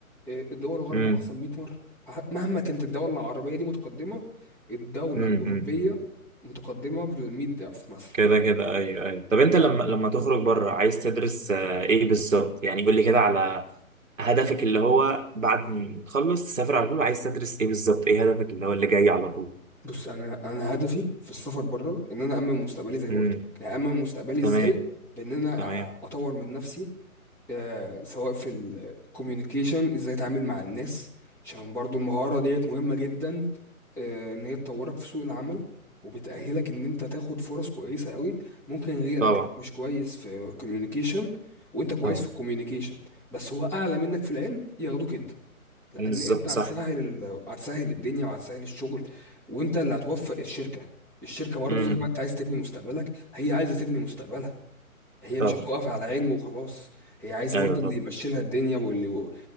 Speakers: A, in the centre; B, on the right.
A: آه، الدول الغرب
B: امم
A: أحسن 100 مرة ه- مهما كانت الدولة العربية دي متقدمة الدولة
B: امم
A: الأوروبية
B: أمم. امم.
A: متقدمة بال 100 ضعف مثلا
B: كده كده ايوه ايوه طب انت
A: ف-
B: لما لما تخرج بره عايز تدرس آه، ايه بالظبط يعني قول لي كده على هدفك اللي هو بعد ما تخلص تسافر على طول عايز تدرس ايه بالظبط ايه هدفك اللي هو اللي جاي على طول
A: بص أنا أنا هدفي في السفر بره إن أنا أأمن مستقبلي زي ما
B: امم
A: قلت لك يعني أأمن مستقبلي
B: تمام
A: إزاي بإن أنا
B: تمام
A: أ- أطور من نفسي آه، سواء في الكوميونيكيشن ازاي اتعامل مع الناس عشان برضو المهارة ديت مهمة جدا آه، ان هي تطورك في سوق العمل وبتأهلك ان انت تاخد فرص كويسة قوي ممكن غيرك
B: طبعا
A: مش كويس في كوميونيكيشن وانت كويس
B: طبعا
A: في الكوميونيكيشن بس هو اعلى منك في العلم ياخدوك انت لان
B: بالظبط
A: انت هتسهل
B: صح
A: ال... هتسهل الدنيا وهتسهل الشغل وانت اللي هتوفق الشركة الشركة برضو
B: امم
A: زي ما انت عايز تبني مستقبلك هي عايزة تبني مستقبلها هي
B: طبعا
A: مش هتقف على علم وخلاص هي عايزه
B: ايوه
A: برضه
B: طبعا
A: اللي يمشي لها الدنيا واللي و...